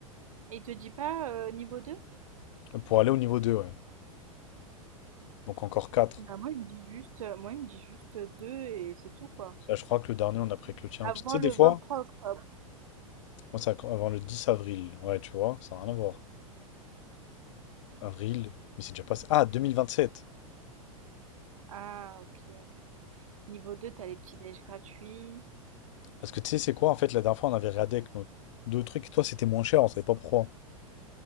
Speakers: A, on the right (about 70°); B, on the left (about 60°).
A: Et il te dit pas euh, niveau deux
B: Euh, Pour aller au niveau deux ouais. Donc encore quatre
A: Bah moi il me dit juste euh, moi il me dit juste 2 et c'est tout quoi.
B: Là, je crois que le dernier, on a pris que le tien.
A: Avant
B: Parce que, tu sais,
A: le
B: des fois,
A: vingt trois octobre.
B: moi, c'est avant le 10 avril. Ouais, tu vois, ça n'a rien à voir. Avril, mais c'est déjà passé. Ah, deux mille vingt sept
A: Ah ok. Niveau 2, t'as les petits déj gratuits.
B: Parce que tu sais, c'est quoi, en fait, la dernière fois, on avait regardé avec nos deux trucs et toi, c'était moins cher, on savait pas pourquoi.